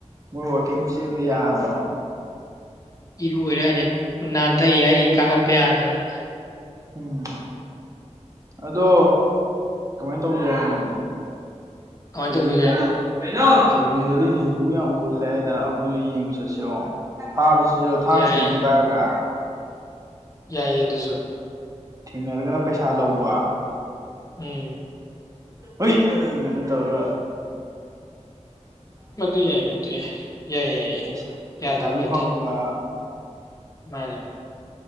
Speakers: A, on the right; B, on the left.
A: ꯃꯣꯏ ꯋꯥꯀꯤꯡ ꯃꯦꯆꯤꯟꯗ ꯌꯥꯗ꯭ꯔꯣ
B: ꯏꯔꯨꯔꯦ ꯍꯜꯂꯦ ꯅꯥꯟꯊꯏ ꯍꯥꯏꯔꯤ ꯀꯥꯈꯠꯄ ꯌꯥꯗꯗꯅ
A: ꯎꯝ ꯑꯗꯣ ꯀꯃꯥꯏꯅ ꯇꯧꯒꯦ ꯍꯥꯏꯅꯣ
B: ꯀꯃꯥꯏꯅ
A: ꯁꯤꯖꯤꯤꯡ
B: ꯇꯧꯁꯤꯒꯦ
A: ꯅꯨꯗꯤ ꯀꯦꯖꯤꯡꯗꯗꯤ ꯤꯟꯊꯨ ꯌꯥꯝ ꯀꯨꯜꯂꯦ ꯍꯥꯏꯗ ꯑꯩꯈꯣꯏꯁꯨ ꯌꯦꯡꯕ ꯆꯠꯁꯤꯔꯣ ꯐꯥꯕꯁꯤꯁꯨ ꯊꯥꯡ
B: ꯌꯥꯏꯌꯦ
A: ꯁꯨꯔꯤ ꯄꯥꯏꯔꯒ
B: ꯌꯥꯏꯌꯦ ꯑꯗꯨꯁꯨ
A: ꯊꯦꯡꯅꯔꯒꯅ ꯄꯩꯁꯥ ꯂꯧꯕ
B: ꯎꯝ
A: ꯍꯣꯏ ꯇꯧꯒ
B: ꯃꯗꯨ ꯌꯥꯏ ꯃꯗꯨ ꯌꯥꯏ ꯌꯥꯏ ꯌꯥꯏ ꯌꯥꯏ
A: ꯄꯩꯁꯥꯁꯨ
B: ꯌꯥꯗꯕ ꯂꯩꯠꯇꯦ
A: ꯐꯪꯕ
B: ꯃꯥꯅꯤ